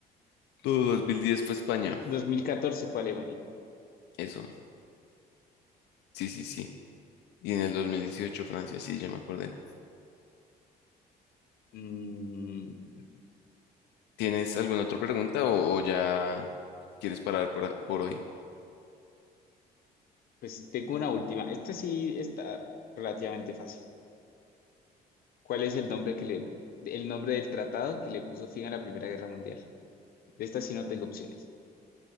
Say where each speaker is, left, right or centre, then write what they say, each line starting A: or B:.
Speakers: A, on the left (about 85°); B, on the left (about 60°).
A: du- 2010 fue España.
B: 2014 fue Alemania.
A: Eso, sí, sí, sí. Y en el 2018 Francia, sí, ya me acordé.
B: Mm,
A: ¿Tienes alguna otra pregunta o, o ya quieres parar por, a- por hoy?
B: pues tengo una última. Esta sí está relativamente fácil. ¿Cuál es el nombre que le, el nombre del tratado que le puso fin a la Primera Guerra Mundial? De esta sí no tengo opciones.